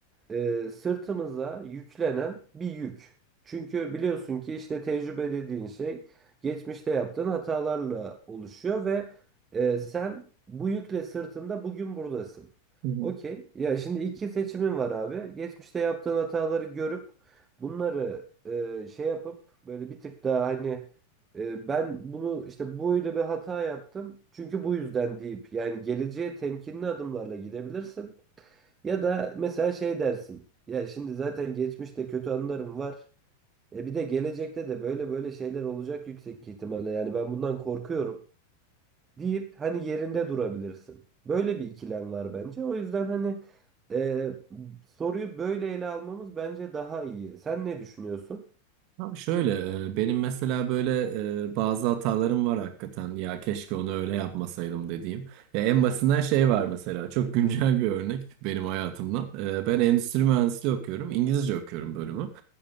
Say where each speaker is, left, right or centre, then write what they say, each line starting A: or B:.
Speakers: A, on the right (about 20°); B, on the right (about 45°).
A: e, sırtımıza yüklenen bir yük. Çünkü biliyorsun ki işte tecrübe dediğin şey geçmişte yaptığın hatalarla oluşuyor ve e, sen bu yükle sırtında bugün buradasın.
B: hı hı.
A: Okey. Ya şimdi iki seçimin var abi. Geçmişte yaptığın hataları görüp bunları e, şey yapıp böyle bir tık daha hani e, ben bunu işte böyle bir hata yaptım. Çünkü bu yüzden deyip yani geleceğe temkinli adımlarla gidebilirsin. Ya da mesela şey dersin. Ya şimdi zaten geçmişte kötü anılarım var. E bir de gelecekte de böyle böyle şeyler olacak yüksek ihtimalle. Yani ben bundan korkuyorum deyip hani yerinde durabilirsin. Böyle bir ikilem var bence. O yüzden hani e, soruyu böyle ele almamız bence daha iyi. Sen ne düşünüyorsun?
B: Abi şöyle e, benim mesela böyle e, bazı hatalarım var hakikaten ya keşke onu öyle yapmasaydım dediğim. Ya en basitinden şey var mesela çok güncel bir örnek benim hayatımdan. E, Ben endüstri mühendisliği okuyorum İngilizce okuyorum bölümü.